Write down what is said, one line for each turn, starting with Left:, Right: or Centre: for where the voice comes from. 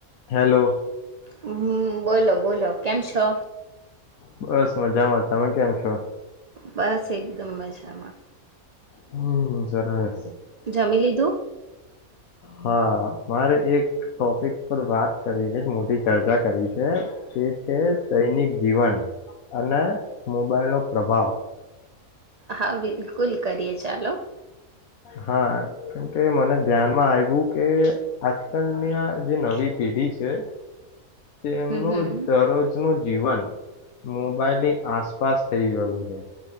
Left: Hello.
Right: હમ્મ બોલો બોલો કેમ છો?
Left: બસ મજામાં. તમે કેમ છો?
Right: બસ એકદમ મજામાં.
Left: હમ સરરા
Right: જમી લીધું.
Left: હા, મારે એક ટોપિક પર વાત કરી છે મોટી ચર્ચા કરી છે તે છે દૈનિક જીવન અને મોબાઈલનો પ્રભાવ.
Right: હા, બિલકુલ કરીએ ચાલો.
Left: હા, કે મને ધ્યાનમાં આવ્યું કે, આજકાલની આ જે નવી પેઢી છે. તેમનું
Right: હમ હમ
Left: દરરોજનું જ જીવન મોબાઈલની આસપાસ થઈ ગયું છે.